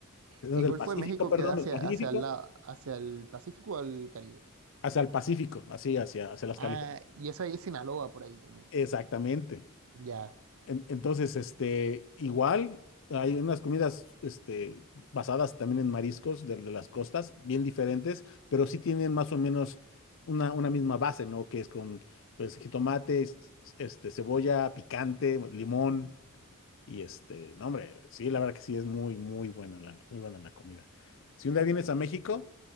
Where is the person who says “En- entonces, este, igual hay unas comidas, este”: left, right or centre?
Left